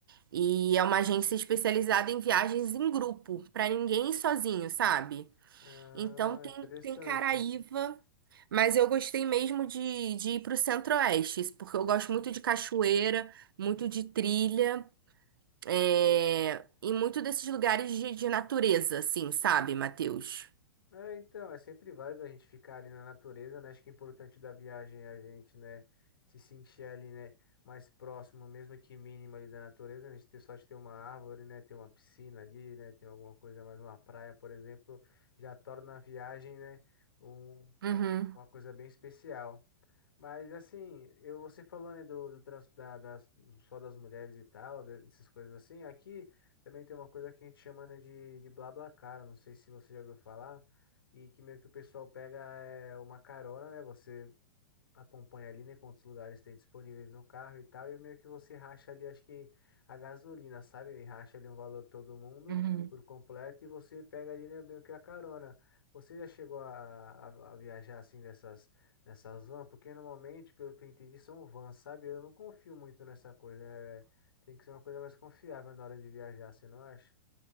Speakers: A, on the right; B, on the left.
A: e é uma agência especializada em viagens em grupo, pra ninguém ir sozinho, sabe?
B: Ah,
A: Então tem,
B: interessante.
A: tem Caraíva, mas eu gostei mesmo de, de ir pro Centro-Oeste, porque eu gosto muito de cachoeira, muito de trilha é, em muito desses lugares de, de natureza, assim, sabe, Matheus?
B: É, então, é sempre válido a gente ficar ali na natureza, né? Acho que o importante da viagem é a gente, né, se sentir ali, né, mais próximo, mesmo que mínimo ali da natureza, né? A gente ter sorte de ter uma árvore, né, ter uma piscina ali, né, ter alguma coisa mais, uma praia, por exemplo, já torna a viagem, né, um-
A: Uhum,
B: uma coisa bem especial. Mas, assim, eu, você falou, né, do, do trans, da, das, só das mulheres e tal, de- dessas coisas assim, aqui também tem uma coisa que a gente chama, né, de, de BlaBlaCar, não sei se você já ouviu falar. E que meio que o pessoal pega é, uma carona, né? Você acompanha ali, né? Quantos lugares tem disponíveis no carro e tal. E meio que você racha ali, acho que a gasolina, sabe? E racha ali um valor todo mundo
A: uhum.
B: por completo. E você pega ali, né? Meio que a carona. Você já chegou a, a- a viajar assim nessas, nessas vans? Porque normalmente, pelo que eu entendi, são vans, sabe? Eu não confio muito nessa coisa. é, tem que ser uma coisa mais confiável na hora de viajar, você não acha?